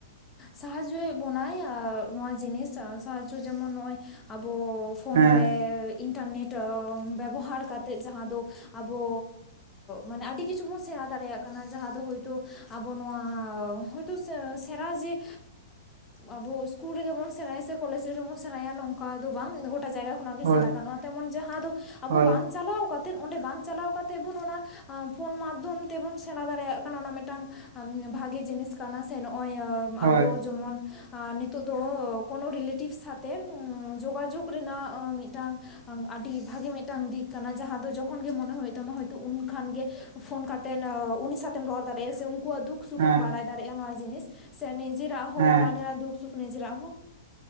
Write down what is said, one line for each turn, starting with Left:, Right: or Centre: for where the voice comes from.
Left: ᱥᱟᱦᱟᱡᱡᱳᱭᱮᱜ ᱵᱚᱱᱟᱭ ᱟᱨ ᱱᱚᱣᱟ ᱡᱤᱱᱤᱥ ᱥᱟᱦᱟᱡᱡᱳ ᱡᱮᱢᱚᱱ ᱱᱚᱜᱼᱚᱭ, ᱟᱵᱚ ᱯᱷᱳᱱ
Right: ᱦᱮᱸ
Left: ᱨᱮ ᱤᱱᱴᱟᱨᱱᱮᱴ ᱵᱮᱵᱚᱦᱟᱨ ᱠᱟᱛᱮᱫ ᱡᱟᱦᱟᱸ ᱫᱚ ᱟᱵᱚ ᱢᱟᱱᱮ ᱟᱹᱰᱤ ᱠᱤᱪᱷᱩ ᱵᱚᱱ ᱥᱮᱬᱟ ᱫᱟᱲᱮᱭᱟᱜ, ᱠᱟᱱᱟ, ᱡᱟᱦᱟᱸ ᱫᱚ ᱦᱳᱭᱛᱳ ᱟᱵᱚ ᱱᱚᱣᱟ ᱦᱚᱭᱛᱳ ᱥᱮᱨᱟ ᱡᱮ ᱟᱵᱚ ᱤᱥᱠᱩᱞ ᱨᱮᱜᱮ ᱵᱚᱱ ᱥᱮᱬᱟᱭᱟ ᱥᱮ ᱠᱚᱞᱮᱡᱽ ᱨᱮᱜᱮ ᱵᱚᱱ ᱥᱮᱬᱟᱭᱟ ᱱᱚᱝᱠᱟ ᱫᱚ ᱵᱟᱝ᱾ ᱜᱚᱴᱟ ᱡᱟᱭᱜᱟ ᱠᱷᱚᱱ ᱚᱱᱟ ᱜᱮ
Right: ᱦᱳᱭ
Left: ᱥᱮᱬᱟ ᱜᱟᱱᱚᱜᱼᱟ ᱛᱮᱢᱚᱱ ᱡᱟᱦᱟᱸ ᱫᱚ ᱟᱵᱚ
Right: ᱦᱳᱭ
Left: ᱵᱟᱝ ᱪᱟᱞᱟᱣ ᱠᱟᱛᱮᱜ ᱚᱸᱰᱮ ᱵᱟᱝ ᱪᱟᱞᱟᱣ ᱠᱟᱛᱮᱜ ᱵᱚᱱ ᱚᱱᱟ ᱯᱷᱳᱱ ᱢᱟᱫᱽᱫᱷᱚᱢ ᱛᱮᱵᱚᱱ ᱥᱮᱬᱟ ᱫᱟᱲᱮᱭᱟᱜ ᱠᱟᱱᱟ᱾ ᱚᱱᱟ ᱢᱤᱫᱴᱟᱝ ᱵᱷᱟᱜᱮ ᱡᱤᱱᱤᱥ ᱠᱟᱱᱟ, ᱥᱮ ᱱᱚᱜᱼᱚᱭ ᱟᱵᱚ
Right: ᱦᱳᱭ
Left: ᱡᱮᱢᱚᱱ ᱟᱨ ᱱᱤᱛᱳᱜ ᱫᱚ ᱠᱳᱱᱳ ᱨᱤᱞᱮᱴᱤᱵᱽ ᱥᱟᱣᱛᱮ ᱡᱳᱜᱟᱡᱳᱜᱽ ᱨᱮᱱᱟᱜ ᱢᱤᱫᱴᱟᱝ ᱟᱹᱰᱤ ᱵᱷᱟᱜᱮ ᱢᱤᱫᱴᱟᱝ ᱫᱤᱠ ᱠᱟᱱᱟ ᱡᱟᱦᱟᱸ ᱫᱚ ᱡᱚᱠᱷᱚᱱ ᱜᱮ ᱢᱚᱱᱮ ᱦᱩᱭᱩᱜ ᱛᱟᱢᱟ ᱦᱳᱭᱛᱳ ᱩᱱ ᱠᱷᱟᱱ ᱜᱮ ᱯᱷᱳᱱ ᱠᱟᱛᱮᱫ ᱩᱱᱤ ᱥᱟᱶᱛᱮᱢ ᱨᱚᱲ ᱫᱟᱲᱮᱭᱟᱜᱼᱟ᱾ ᱥᱮ ᱩᱱᱠᱩᱣᱟᱜ ᱫᱩᱠ ᱥᱩᱠᱷᱮᱢ
Right: ᱦᱮᱸ
Left: ᱵᱟᱲᱟᱭ ᱫᱟᱲᱮᱼᱟ᱾ ᱱᱚᱣᱟ ᱡᱤᱱᱤᱥ ᱥᱮ ᱱᱤᱡᱮᱨᱟᱜ ᱦᱚᱸ
Right: ᱦᱮᱸ
Left: ᱚᱲᱟᱜ ᱨᱮᱭᱟᱜ ᱫᱩᱠ ᱥᱩᱠᱷ ᱱᱤᱡᱮᱨᱟᱜ ᱦᱚᱸ